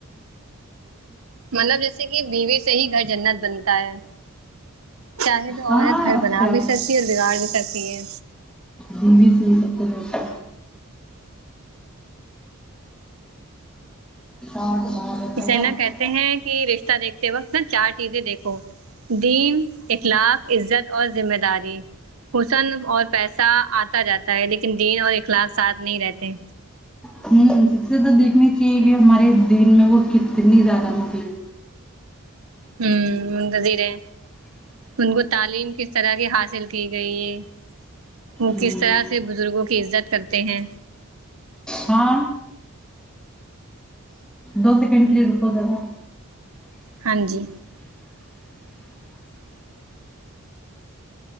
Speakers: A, on the right (about 75°); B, in the centre.
A: مطلب جیسے کہ بیوے سے ہی گھر جنت بنتا ہے چاہے تو
B: ہاں
A: عورت گھر
B: اچھا
A: بنا بھی سکتی ہے اور بگاڑ بھی سکتی ہے
B: بیوی سے ہی سب ہوتا ہے <unintelligible>
A: اسے نا کہتے ہیں کہ رشتہ دیکھتے وقت نا چار چیزیں دیکھو دین اخلاق عزت اور ذمہ داری حسن اور پیسہ آتا جاتا ہے لیکن دین اور اخلاق ساتھ نہیں رہتے
B: ہوں سب سے زیادہ دیکھنی چاہیے کہ ہمارے دین میں وہ کتنی زیادہ نکل
A: ہمم گادیرے ان کو تعلیم کس طرح کی حاصل کی گئی ہے وہ
B: ہے
A: کس طرح سے بزرگوں کی عزت کرتے ہیں
B: ہاں دو سیکنڈ کے لیے روکو ذرا
A: ہاں جی